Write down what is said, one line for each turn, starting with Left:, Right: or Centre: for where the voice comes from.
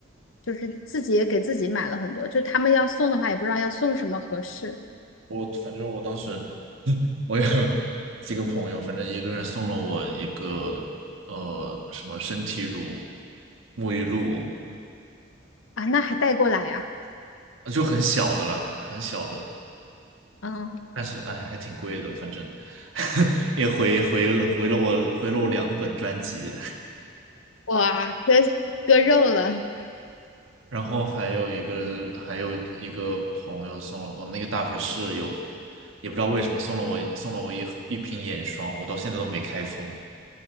Left: 就是自己也给自己买了很多，就他们要送的话，也不知道要送什么合适
Right: 我反正我当时 <laughs> 我有几个朋友，反正一个人送了我一个呃什么身体乳、沐浴露，
Left: 啊，那还带过来呀、
Right: 就很小的啦，很小的，
Left: 啊嗯。
Right: 但是哎还挺贵的，反正 <laughs> 也回回了回了我回了我两本专辑。
Left: 哇，割割肉了，
Right: 然后还有一个还有一个朋友送了我那个大学室友，也不知道为什么送了我送了我一盒一瓶眼霜，我到现在都没开封。